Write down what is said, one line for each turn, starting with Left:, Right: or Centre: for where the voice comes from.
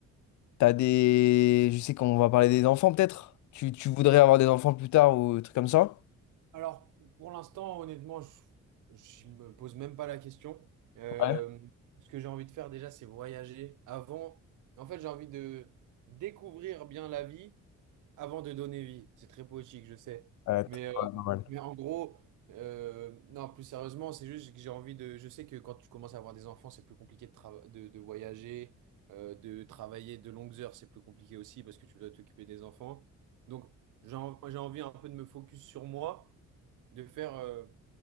Left: t'as des... Je sais qu'on va parler des enfants peut-être? Tu, tu voudrais avoir des enfants plus tard ou des trucs comme ça?
Right: Alors, pour l'instant, honnêtement, je, je me pose même pas la question. Euh,
Left: Ouais.
Right: ce que j'ai envie de faire déjà, c'est voyager. Avant, en fait, j'ai envie de découvrir bien la vie Avant de donner vie, c'est très poétique, je sais.
Left: Ouais, tr-
Right: Mais,
Left: ouais, normal.
Right: Oui. euh, mais en gros, euh, non, plus sérieusement, c'est juste que j'ai envie de. Je sais que quand tu commences à avoir des enfants, c'est plus compliqué de, trava- de, de voyager, euh, de travailler de longues heures, c'est plus compliqué aussi parce que tu dois t'occuper des enfants. Donc, j'ai en- j'ai envie un peu de me focus sur moi, de faire. euh,